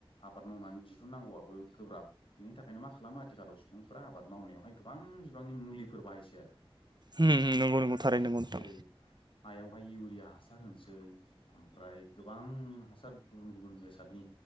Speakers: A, on the left; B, on the right.
A: आबाद मावनानै दिहुननांगौआबो गोब्राब बेनि थाखाय ओंखायनो मा खालामो आथिखालाव सुबुंफ्रा आबाद मावनायावहाय गोबां बिबांनि मुलिफोर बाहायसै आरो
B: होम होम नंगौ नंगौ थारै
A: ।
B: नंगौ नोंथां
A: जेरै हायावहाय इउरिया हासार होनोसै ओमफ्राय गोबां हासार गुबुन गुबुन बेसादनि